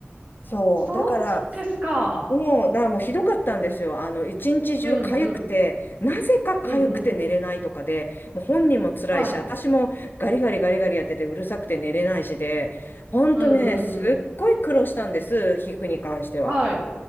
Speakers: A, on the left (about 50°); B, on the right (about 40°).
A: そう、
B: そうそうですか。
A: だから、もう、だからもうひどかったんですよ。あの、一日中痒くて、
B: うんうん。
A: なぜか痒くて寝れないとかで、
B: うんうん。
A: もう本人も辛いし、
B: はい。
A: 私もガリガリガリガリやっててうるさくて寝れないしで、ほんとね、
B: うんうんうん。
A: すっごい苦労したんです、皮膚に関しては。
B: はい。